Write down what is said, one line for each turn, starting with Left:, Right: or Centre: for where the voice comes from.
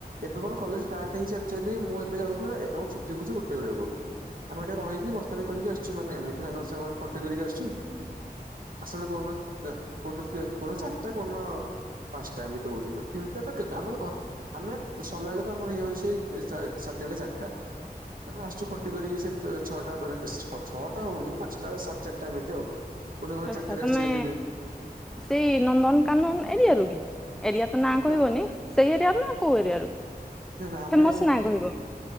Right: ଏବେ ମୋର କଲେଜ ଷ୍ଟାଟ ହେଇଛି ଆକଚୁଆଲି ମୁଁ ଏବେ ଯାଉଛି ଏବେ ମୋର ଛୁଟି ହୋଉଛି ଗୋଟେ ବେଳକୁ। ଆମ ଏଠେ ରହିକି ମସ୍ତାନୀ କରିକି ଆସୁଛୁ ମାନେ ଏମିତି ସାଙ୍ଗ ସାଙ୍ଗ ମାନେ ଖଟି କରିକି ଆସିଛୁ <unintelligible> କୋଉଦିନ ତ ଚାରିଟା କୋଉ ଦିନ ପାଞ୍ଚଟା ଏମିତି ହଉଛି ତିନିଟା ତ କେବେ ଆମେ ତ ଘ ଆମେ ସରିଲା ବେଳକୁ ଆମର ହେଇଯାଉଛି ସା ସାତଟା ଚାରିଟା। ତାମ ଆସୁଛୁ ଖଟି କରିକି ସେ ଛଅଟା ପରେ ଛ ଛଅଟା ହଉନି ପାଞ୍ଚଟା ସାଢେ ଚାରିଟା ଏମିତି ଆଉ। କୋଉନ କୋଉଦିନ
Centre: ଆଚ୍ଛା
Right: ଚାରିଟାରେ
Centre: ତମେ
Right: ଆସୁଚିଭାରିବି।
Centre: ସେଇ ନନ୍ଦନକାନନ ଏରିଆରୁ କି ଏରିଆ ତ ନାଁ
Right: ନା
Centre: କହିବନି ସେଇ ଏରିଆରୁ ନାଁ କୋଉ ଏରିଆରୁ?
Right: ନା ନା ଆମେ
Centre: ଫେମସ ନାଁ କହିବ